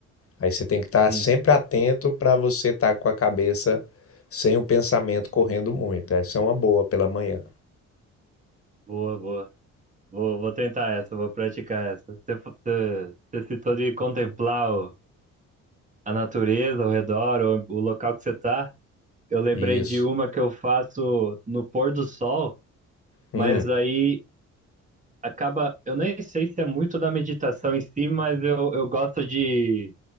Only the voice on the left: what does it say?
Aí você tem que estar
sempre atento para você estar com a cabeça sem o pensamento correndo muito. Essa é uma boa pela manhã.
Isso.
Hum,